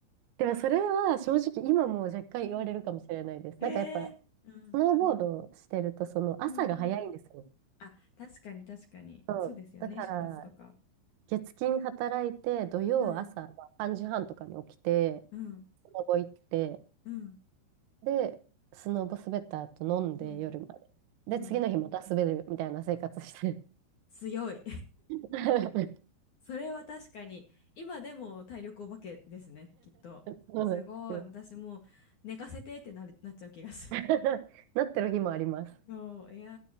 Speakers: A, on the right (about 80°); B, on the left (about 55°).
A: でもそれは正直今もう若干言われるかもしれないです。
B: うん。えー、
A: なんかやっぱ、
B: うん。
A: スノーボードしてると、その朝が早いんですよ。
B: うんうん。あ、確かに確かに。
A: そう。
B: そうですよね、
A: だから、
B: 出発とか。
A: 月金働いて、土曜朝まあ3時半とかに起きて、
B: うん。うん。
A: スノボ行って、
B: うん。
A: で、スノボ滑った後飲んで夜まで。
B: うん。
A: で、
B: うん。
A: 次の日また滑るみたいな生活して。
B: 強い。
A: <laughs>
B: それは確かに、今でも体力お化けですね、きっと。
A: そうなんですよ。
B: すごい。私もう寝かせてってなる、なっちゃう気がする。
A: <laughs> なってる日もあります。
B: <laughs> そう、いや